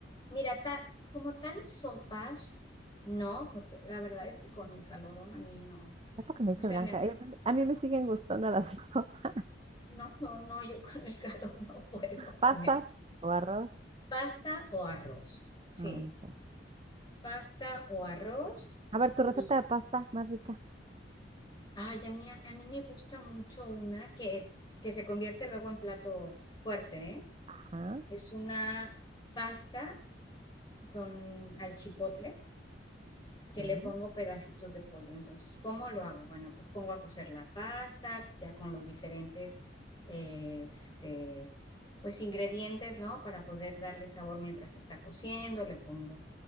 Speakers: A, on the left; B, on the right.
A: Mira, ta- como tal, sopas, no, porque la verdad es que con el calorón a mí no,
B: Es lo que me
A: no
B: dice
A: se
B: Blanca.
A: me antoja.
B: Ella me- A mí me siguen gustando las <laughs> sopas.
A: No, no, no, yo con el <laughs> calor no puedo
B: Pastas
A: comer.
B: o arroz.
A: Pasta o arroz. Sí,
B: Ah, ya.
A: pasta o arroz.
B: A ver, tu receta
A: Y
B: de pasta más rica.
A: Ay, a mí, a mí me gusta mucho una que, que se convierte luego en plato fuerte, ¿eh?
B: Ajá.
A: Es una pasta con al chipotle que
B: ok.
A: le pongo pedacitos de pollo. Entonces, ¿cómo lo hago? Bueno, pues pongo a cocer la pasta ya con los diferentes, eh, este, pues ingredientes, ¿no? Para poder darle sabor mientras está cociendo. Le pongo